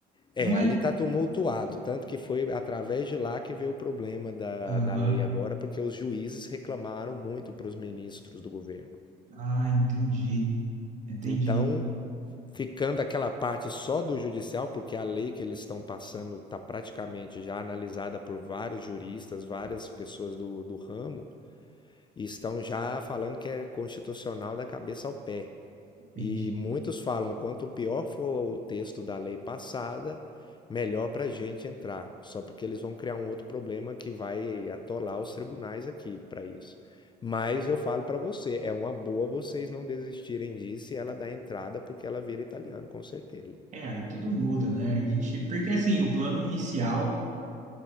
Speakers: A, on the left (about 25°); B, on the right (about 45°).
A: É,
B: Não
A: ali
B: é?
A: tá tumultuado, tanto que foi através de lá que veio o problema da,
B: Aham.
A: da lei agora, porque os juízes reclamaram muito para os ministros do governo.
B: Ah, entendi. Entendi.
A: Então, ficando aquela parte só do judicial, porque a lei que eles estão passando está praticamente já analisada por vários juristas, várias pessoas do, do ramo, e estão já falando que é constitucional da cabeça ao pé.
B: Entendi.
A: E muitos falam: quanto pior for o texto da lei passada, melhor para a gente entrar. Só porque eles vão criar um outro problema que vai atolar os tribunais aqui para isso. Mas eu falo para você: é uma boa vocês não desistirem disso e ela dá entrada porque ela vira italiano, com certeza.
B: É, aí tudo muda, né? Aí a gente... Porque assim, o plano inicial,